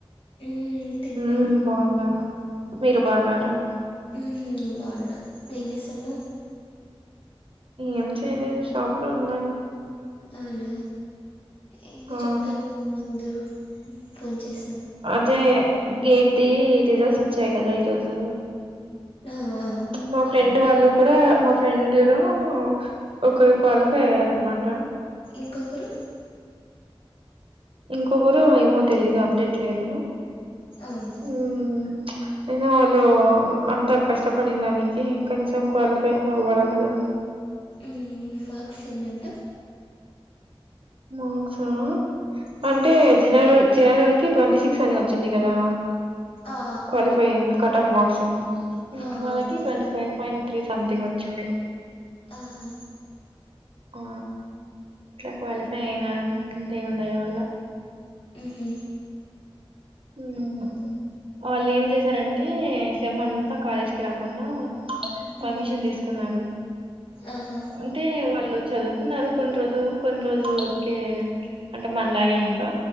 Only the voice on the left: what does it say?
హ్మ్ తిన్నా
ఉమ్ బాగున్నా ఏం చేస్తున్నావ్
అవునా ఏదో
చెప్తానువ్ ముందు ఫోన్ చేసి
ఆ ఆ
ఇంకొకరు
అవును
ఉమ్ మార్క్స్ ఎన్నంట్ట
హ్మ్
ఆ
ఆ
అవును
ఆహా
ఉమ్ హు
హ్మ్
ఆహా